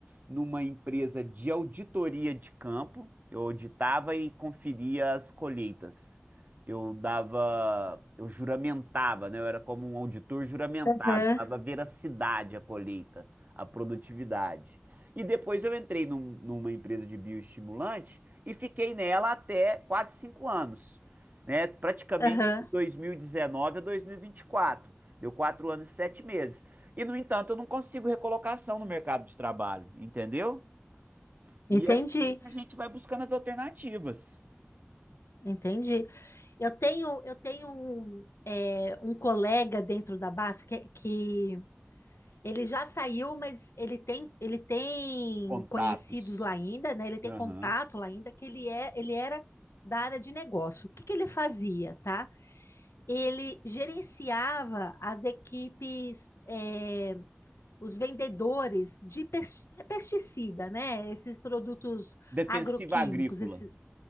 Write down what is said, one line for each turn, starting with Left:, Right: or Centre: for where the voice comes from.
Right: numa empresa de auditoria de campo. Eu auditava e conferia as colheitas. Eu dava, eu juramentava, né? Eu era como um auditor juramentado,
Left: Aham,
Right: dava veracidade à colheita, à produtividade. E depois eu entrei num- numa empresa de bioestimulante e fiquei nela até quase cinco anos, né? Praticamente
Left: aham.
Right: de 2019 a 2024. Deu quatro anos e sete meses. E, no entanto, eu não consigo recolocação no mercado de trabalho, entendeu? E
Left: Entendi,
Right: assim a gente vai buscando as alternativas.
Left: entendi. Eu tenho, eu tenho um, é, um colega dentro da BASF que, Ele já saiu, mas ele tem, ele tem
Right: Contatos.
Left: conhecidos lá ainda, né? Ele tem
Right: Aham.
Left: contato lá ainda, que ele é, ele era da área de negócio. O que que ele fazia, tá? Ele gerenciava as equipes, eh, os vendedores de pes- é pesticida, né? Esses produtos
Right: Defensiva
Left: agroquímicos,
Right: agrícola.
Left: esse-